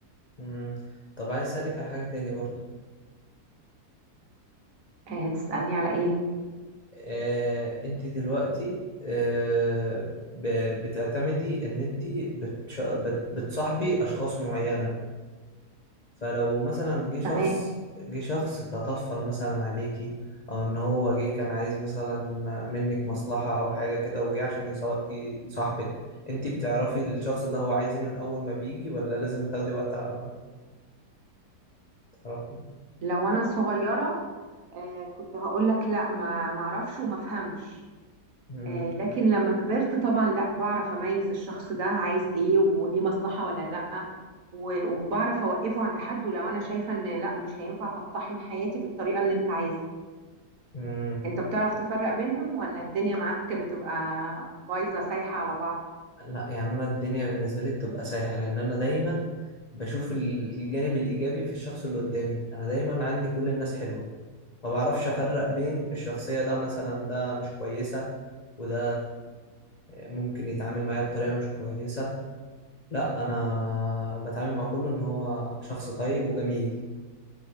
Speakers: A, on the left (about 60°); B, on the right (about 55°).
A: مم. طب عايز اسالك على حاجه تاني برضو
B: آه، تسألني على إيه
A: آه، انت دلوقتي آه، ب- بتعتمدي ان انت بتش... بت... بتصاحبي اشخاص معينه فلو مثلا جه شخص
B: تمام
A: جه شخص تطفل مثلا عليكي او ان هو جه كان عايز مثلا منك مصلحة او حاجة كده وجه عشان يصو- يصاحبك انتي بتعرفي الشخص ده هو عايز إيه من اول ما بيجي ولا لازم تاخدي وقت على ما تعرفي
B: لو أنا صغيرة آه، كنت هقول لك لا ما ما اعرفش وما افهمش
A: مم.
B: آه، لكن لما كبرت طبعا لا بعرف اميز الشخص ده عايز ايه وليه مصلحة ولا لا و- وبعرف اوقفه عند حد ولو انا شايفة ان لا مش هينفع تقتحم حياتي بالطريقة اللي انت عايزها
A: مم.
B: انت بتعرف تفرق بينهم ولا الدنيا معاك بتبقى بايظة سايحة على بعض
A: لا يعني انا الدنيا بالنسبة لي بتبقى سايحة لان انا دايما بشوف ال- الجانب الايجابي في الشخص اللي قدامي انا دايما عندي كل الناس حلوة ما بعرفش افرق بين الشخصية ده مثلا ده مش كويسة وده ممكن يتعامل معايا بطريقة مش كويسة لا انا بتعامل مع كله ان هو شخص طيب وجميل